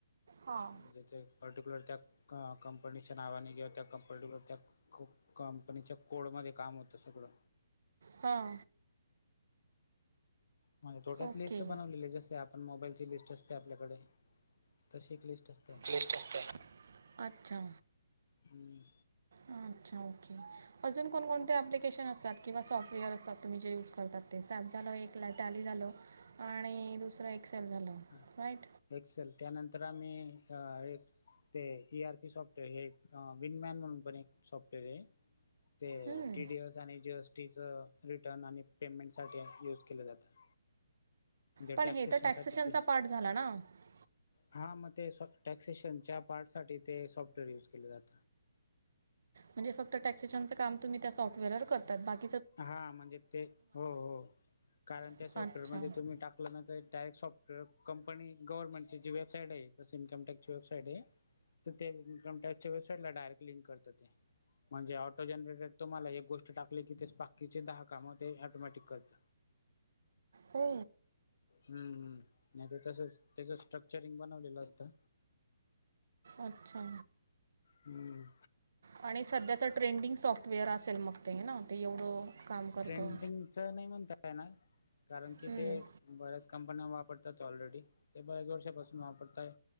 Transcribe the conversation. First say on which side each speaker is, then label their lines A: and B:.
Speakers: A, on the right (about 65°); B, on the left (about 60°).
A: हां
B: म्हणजे ते पर्टिक्युलर त्या कंपनीच्या नावाने किंवा त्या पर्टिक्युलर त्या खुप कंपनीच्या कोडमध्ये काम होतं सगळं
A: हां
B: म्हजे थोक्यात
A: ओके
B: लिस्ट बनवलेली ज आपण मोबाईल ची लिस्ट असते आपल्याकडे तशी एक लिस्ट असते
A: लिस्ट असते, अच्छा!
B: हम्म
A: अच्छा! ओके अजून कोणकोणते ॲप्लिकेशन असतात किंवा सॉफ्टवेअर असतात तुम्ही जे यूज करतात? ते सॅप झालं एक टॅली झालं आणि दुसरं एक्सेल झालं
B: हं
A: राईट
B: एक्सेल त्यानंतर आम्ही एक ते इआरपी सॉफ्टवेअर हे विनमॅन म्हणून पण एक सॉफ्टवेअरय ते
A: हम्म.
B: टीडीएस आणि जीएसटी च रिटर्न आणि पेमेंट साठी ॲप युज केले जातं म्हणजे
A: पण
B: टॅक्ससेशनसाठी
A: हे तर टॅक्सेशनचा
B: तरी
A: पार्ट झाला ना म्हणजे
B: हा मग ते साॅफ्ट टॅक्सेशनच्या पार्ट साठी ते सॉफ्टवेअर युज केलं जात
A: म्हणजे फक्त टॅक्ससेशनच काम तुम्ही त्या सॉफ्टवेअर वर करतात बाकी
B: हा म्हणजे ते हो हो कारण
A: आहे
B: त्या सॉफ्टवेअरमध्ये
A: अच्छा
B: तुम्ही टाक आपला डायरेक्ट सॉफ्टवेअर कंपनी गव्हर्नमेंटची वेबसाईडय तशी इन्कमटॅक्स ची वेबसाइडय तर ते इन्कमटॅक्सच्या वेबसाईटला डायरेक् लिंक करतात ते म्हणजे ऑटो जनरेटे तुम्हाला एक गोष्ट टाकली की ते बाकीचे दहा काम ते ऑटोमॅटिक करत.
A: हो.
B: हम्म् नाही ते तसच त्याच स्ट्रक्चरिंग बनवलेलं असतं.
A: अच्छा!
B: हम्म.
A: आणि सध्याचं ट्रेंडिंग सॉफ्टवेअर असेल मग ते ना ते एवढं काम करतं
B: ट्रेंडिंगचं नाही म्हणता येणार. कारण की
A: हम्म.
B: ते बऱ्याच कंपन्या वापरतात ऑलरेडी ते बऱ्याच वर्षापासून वापरताय.